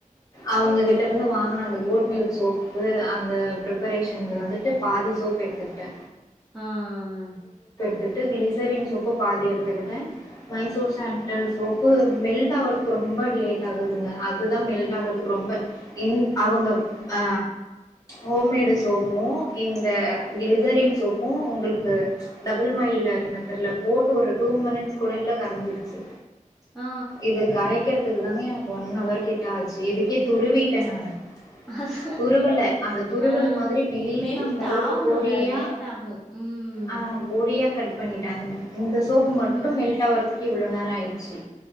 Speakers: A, on the left (about 25°); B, in the centre.
A: அவுங்ககிட்டருந்து வா ங்குன அந்த கோட் மில்க் சோப்பு அந்த ப்ரிப்பரேஷன்ல வந்துட்டு பாதி சோப் எடுத்துக்கிட்டே
B: ஆ ஆ ஆ
A: த்துட்டு கிளிசரின் சோப்பு பாதி எடுத்துக்கிட்டே மைசூர் சேன்ட்டல் சோப்பு மெல்ட் ஆவுறதுக்கு ரொம்ப லேட் ஆகுதுங்க அதுதா மெல்ட் ஆகுறதுக்கு ரொம்ப என் அவுங்க ஆ ஹோம்மேடு சோப்பு இந்த கிளிசரின் சோப் பூ உங்கள்க்கு டபுள் மயில்லர் மெத்தட்ல போட்டு ஒரு டூ மினிட்ஸ் கூட இல்ல கரஞ்சிருச்சு
B: ஆ.
A: இது கரைக்கிற துக்கு தாங்க எனக்கு ஒன் அவர் கிட்ட ஆ ச்சு இதுக்கே துருவீட்டன் நானு
B: அஸ்
A: துருவல அந்த துருவல்
B: ஆ
A: மாதிரி மெலிசா
B: மெல்ட்
A: அந்த அளவுக்கு
B: ஆவணும்ல.
A: பொடியா
B: அது லேட் ஆகும். ம்.
A: அ பொடியா கட் பண்ணிட்டாங்க இந்த சோப்பு
B: ம்.
A: மட்டும் மெல்டாவரத்து க்கி இவ்ளோ நேர ஆயிருச்சு